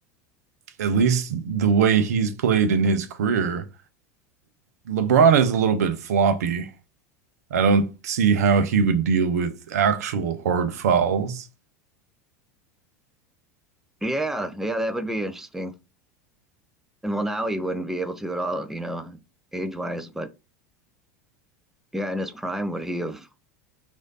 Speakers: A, on the right; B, in the centre.
A: at least the way he's played in his career, LeBron is a little bit floppy I don't see how he would deal with actual hard fouls.
B: yeah, yeah. That would be interesting. And well, now he wouldn't be able to at all, you know, age wise, but. Yeah, in his prime, would he have